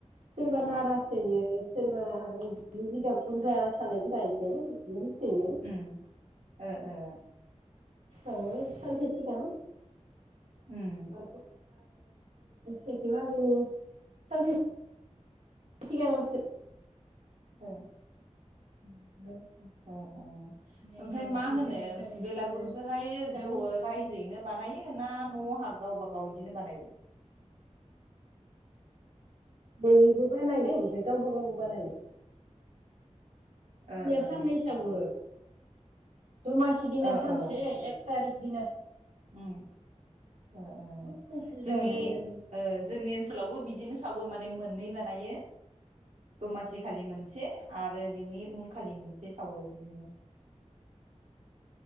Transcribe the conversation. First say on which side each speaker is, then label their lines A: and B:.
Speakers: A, on the right; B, on the right.
A: सोरबा नारास होयो सोरबा आरो बिनो
B: ओ
A: जिगाब बुरजा थानायफोरा एसे बिदिनो होसोयो
B: उम ओ ओ
A: औ सानसे सिगां <unintelligible>
B: उम
A: सेेथि मागिनि सानसे। सिगांसो
B: औ।
A: <unintelligible>
B: अ ओ
A: एक
B: ओमफ्राय
A: थारिख
B: मा
A: दिना
B: होनो
A: एक थारिख
B: बेलागुरखौहाय
A: दिना फिथा
B: ज' रायजोयैनो बानायो ना न'आव हा गाव बागाव बिदिनो बानायो
A: बैबो बानायो ओमफ्राय गावबा गावबो बानायो
B: ओ
A: दया
B: ओ
A: सान नै सावो। द मासदिना
B: ओ
A: सानसे
B: ओ
A: एक तारिख। बिदि
B: उम ओ ओ
A: सानसे
B: जोंनि
A: बानायो आरो
B: ओ जोंनि ओनसोलावबो बिदिनो सावो माने मोन नै बानायो। दमासि खालि मोनसे आरो बिनि उन खालि मोनसे सावो बिदिनो।